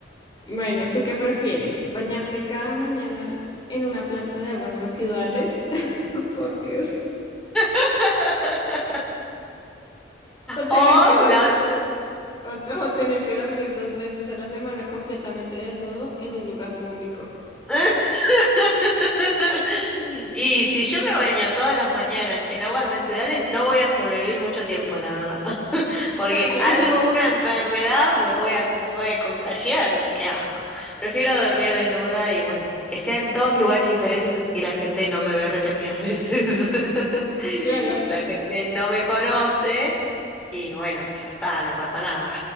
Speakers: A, on the left; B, in the centre.
A: Bueno, ¿tú qué prefieres? ¿Bañarte cada mañana en una planta de aguas residuales? <laughs> Por Dios.
B: <laughs>
A: O
B: O
A: tener que dor-
B: la otra.
A: o, te- o tener que dormir dos veces a la semana completamente desnudo en un lugar público.
B: <laughs> Y si yo me baño todas las mañanas en aguas residuales, no voy a sobrevivir mucho tiempo, la verdad. <laughs> Porque
A: <laughs> O sea,
B: algo, una enfermedad, me voy a, me voy a contagiar. Qué asco. Prefiero dormir desnuda y bueno, que sea en todos lugares diferentes, así la gente no me ve repetidas veces. <laughs>
A: Claro.
B: La gente no me conoce y bueno, ya está, no pasa nada.